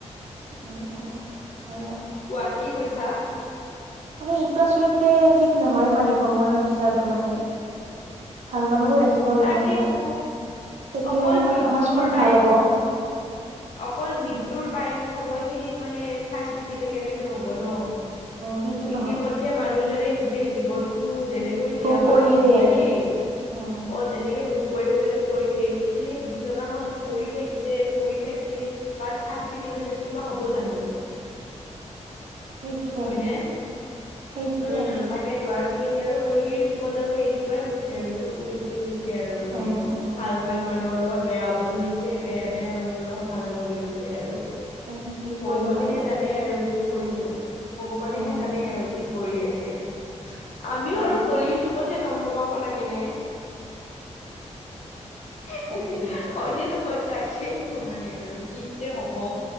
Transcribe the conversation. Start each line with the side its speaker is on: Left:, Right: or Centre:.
Right: উম
Left: কোৱা
Right: উম হয় হয়
Left: কি কৈছা।
Right: মানে এইটো আচলতে ঠিক। নহয় মানে ভগৱানৰ বিচৰাটো মানে ভাল মানুহবোৰ ৰা-। ৰাখিব
Left: তাকেতো
Right: লাগে সদায় তেতিয়াই
Left: অকল মৃত্যুৰ
Right: মানে সমাজখন
Left: টাইম
Right: ভাল হ'ব।
Left: অকল মৃত্যুৰ
Right: উম
Left: টাইম সময়খিনি। মানে শাস্তি দিলে কেনেকে হ'ব ন।
Right: সেইটো
Left: ইতিমধ্যে
Right: নহয়
Left: মানুহজনে গোট। গোটেই জীৱনটো। যেনেকৈ
Right: ভোগ
Left: জীয়াব
Right: কৰিলে
Left: লাগে জীয়ালেই
Right: উম
Left: অ যেনেকে ভোক। কৰিব লাগে কৰিলে কিন্তু সেই বিচনাখনত পৰি থাকিলে পৰি থাকি-। লে তাত শাস্তি দিলে যে কিবা হ'ব জানো।
Right: সেইটোৱে।
Left: হয়নে?
Right: সেইটোৱে
Left: উম তাকে। ত আজিকালি আৰু কলিৰ যুগত আৰু এনেকুৱাই হৈছে আৰু চব ওলটি হৈছে। আৰু মানে
Right: উম উম
Left: ভাল ভাল মানুহৰ লগত। বেয়া হ'ব ধৰিছে বেয়া বেয়া মানুহৰ লগত ভাল হ'ব ধৰিছে আৰু।
Right: উম কি কৰিবা
Left: ভগৱানেহে
Right: আৰু
Left: জানে আৰু কি কৰিব। ভগৱানেহে
Right: উম
Left: জানে আৰু কি। কৰিছে আমিও
Right: সেইটোৱে
Left: আৰু কলিৰ যুগত জন্ম পাব লাগে নে হি
Right: তাকেইতো
Left: হী হয় যে নহয় তাকেইটো মানে আৰু কি যে হ'ব